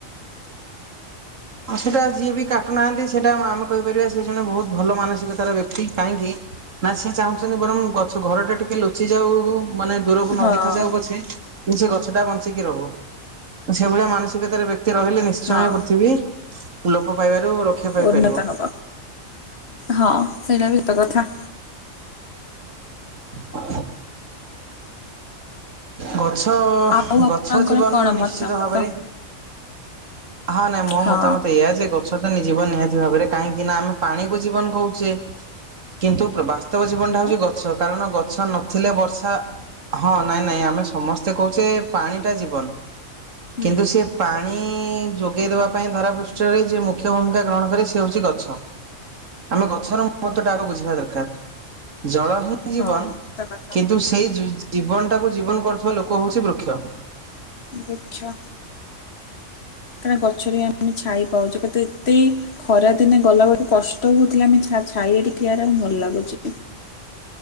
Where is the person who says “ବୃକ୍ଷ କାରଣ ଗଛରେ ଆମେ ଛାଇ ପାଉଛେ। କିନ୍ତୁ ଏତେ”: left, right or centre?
Left